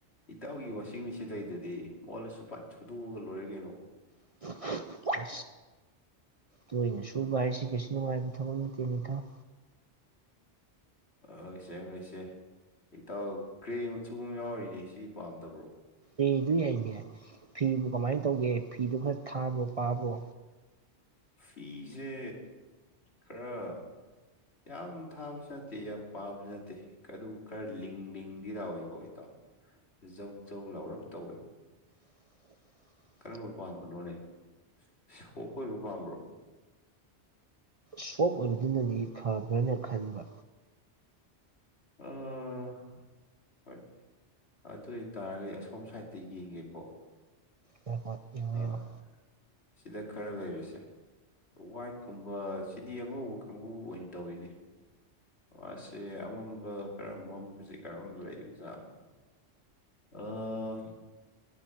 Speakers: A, on the left; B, on the right.
A: ꯏꯇꯥꯎꯒꯤ ꯋꯥꯁꯤꯡ ꯃꯦꯆꯤꯟ ꯂꯩꯗꯨꯗꯤ ꯃꯣꯠꯂꯁꯨ ꯄꯠ ꯁꯨꯗꯣꯛꯑꯒ ꯂꯣꯏꯔꯦ ꯀꯩꯅꯣ
B: <unintelligible> ꯇꯣꯏꯏꯅ ꯁꯨꯕꯥꯏꯁꯤ ꯀꯩ ꯅꯨꯉꯥꯢꯕ ꯊꯥꯕꯥꯛ ꯅꯠꯇꯦꯅꯦ ꯏꯇꯥꯎ
A: ꯍꯣꯏꯁꯦ ꯍꯣꯢꯁꯦ ꯏꯇꯥꯎ ꯒ꯭ꯔꯦ ꯃꯆꯨꯒ ꯑꯃ ꯌꯥꯎꯔꯤꯅꯦ ꯁꯤ ꯄꯥꯝꯗꯕ
B: ꯑꯦ ꯑꯗꯨꯏ ꯌꯥꯏꯅꯦ ꯐꯤꯕꯨ ꯀꯃꯥꯏꯅ ꯇꯧꯒꯦ ꯐꯤꯗꯨ ꯈꯔ ꯊꯥꯕꯔꯣ ꯄꯥꯕ꯭ꯔꯣ
A: ꯐꯤꯁꯦ ꯈꯔ ꯌꯥꯝ ꯊꯥꯕꯁꯨ ꯅꯠꯇꯦ ꯌꯥꯝ ꯄꯥꯕꯁꯨ ꯅꯠꯇꯦ ꯑꯗꯨꯕꯨ ꯈꯔ ꯂꯤꯡ ꯂꯤꯡꯗꯤ ꯂꯥꯎꯏꯀꯣ ꯏꯇꯥꯎ ꯖꯧ ꯖꯧ ꯂꯥꯎꯔꯞ ꯇꯧꯏ
B: <inaudible>
A: ꯀꯔꯝꯕ ꯄꯥꯝꯕꯅꯣꯅꯦ ꯁꯣꯞ ꯑꯣꯏꯕ ꯄꯥꯝꯕ꯭ꯔꯣ
B: ꯁꯣꯞ ꯑꯣꯏꯕꯗꯨꯅꯗꯤ ꯐꯕ꯭ꯔꯅ ꯈꯟꯕ
A: ꯑꯥ ꯍꯣꯏ ꯑꯗꯨ ꯑꯣꯏꯇꯥꯔꯒꯗꯤ ꯑꯁꯣꯝ ꯁꯥꯏꯗꯠꯇ ꯌꯦꯡꯒꯦꯀꯣ
B: ꯍꯣꯢ ꯍꯣꯢ ꯌꯦꯡꯉꯣ
A: ꯑꯥ
B: ꯌꯦꯡꯉꯣ
A: ꯁꯤꯗ ꯈꯔ ꯂꯩꯔꯤꯁꯦ ꯋꯥꯏꯠꯀꯨꯝꯕ ꯁꯤꯗꯤ ꯑꯉꯧꯕ ꯀꯥꯡꯕꯨ ꯑꯣꯏꯅ ꯇꯧꯋꯤꯅꯦ ꯑꯁꯦ ꯑꯃꯝꯕ ꯀꯔꯝꯕꯕꯁꯤ ꯀꯔꯝꯕ ꯂꯩ ꯖꯥꯠꯅꯣ ꯑꯥ